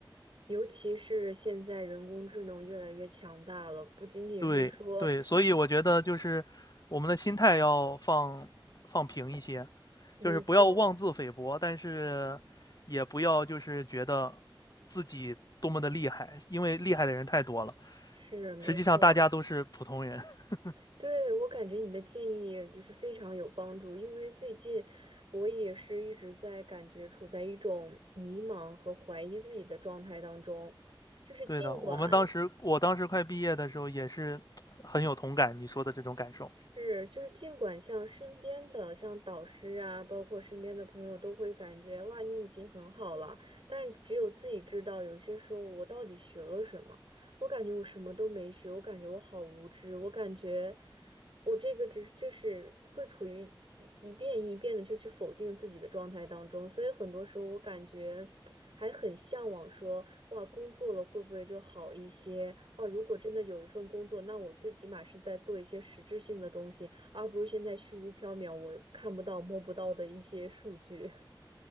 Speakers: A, on the right; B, on the left.
A: 尤其是现在人工智能越来越强大了，不仅仅是说，
B: 对对，所以我觉得就是我们的心态要放放平一些，
A: 没错，
B: 就是不要妄自菲薄，但是也不要就是觉得自己多么的厉害，因为厉害的人太多了。
A: 是没错。
B: 实际上大家都是普通人。<laughs>
A: 对，我感觉你的建议就是非常有帮助，因为最近我也是一直在感觉处在一种迷茫和怀疑自己的状态当中，就是尽管
B: 对的，我们当时我当时快毕业的时候也是很有同感你说的这种感受。
A: 是，就是尽管像身边的，像导师啊，包括身边的朋友，都会感觉哇，你已经很好了，但是只有自己知道，有些时候我到底学了什么？我感觉我什么都没学，我感觉我好无知，我感觉我这个只就是会处于一一遍一遍的就去否定自己的状态当中，所以很多时候我感觉还很向往说。哇，工作了会不会就好一些？哇，如果真的有一份工作，那我最起码是在做一些实质性的东西，而不是现在虚无缥缈，我看不到、摸不到的一些数据。<laughs>